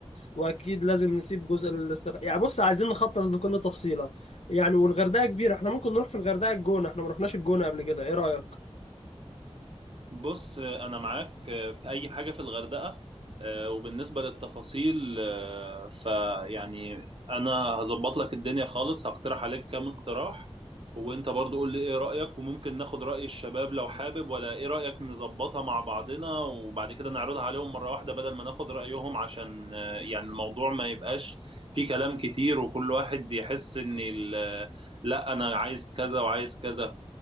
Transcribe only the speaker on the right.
بص انا معاك في اي حاجه في الغردقه آه، وبالنسبه للتفاصيل آه، فيعني انا هظبط لك الدنيا خالص هقترح عليك كام اقتراح وانت برضو قول لي ايه رايك وممكن ناخد راي الشباب لو حابب ولا ايه رايك نظبطها مع بعضنا وبعد كده نعرضها عليهم مره واحده بدل ما ناخد رايهم عشان آه، يعني الموضوع ما يبقاش فيه كلام كتير وكل واحد يحس ان ال- لا انا عايز كذا وعايز كذا